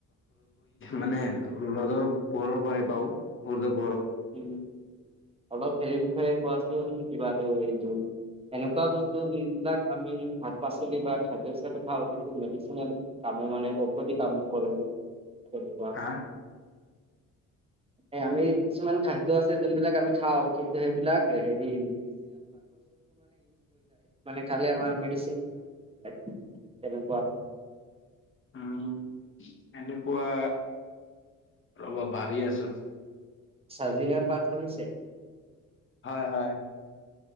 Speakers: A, on the left; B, on the right.
A: মানে ৰ'দৰ। প <unintelligible>
B: উম অলপ সেই বিষয়ে কোৱাচোন কিবাতটো এইটো। এনেকুৱা বস্তু যিবিলাক আমি শাক পাচলি বা খাদ্যিথা অ মেডিচনেল। কাম মানে ঔষধি কাম কৰইব। কোৱা
A: হা
B: আমি। কিছুমান খাদ্য আছে যোন বিলাক আমি খাওঁ কিন্তু সেইবিলাক হেৰি মড। <unintelligible> কেনেপোৱা।
A: উ এনেকুৱা প্ৰব। ভাবি আছো।
B: চাজিনা পাত হৈছে।
A: হয় হয়।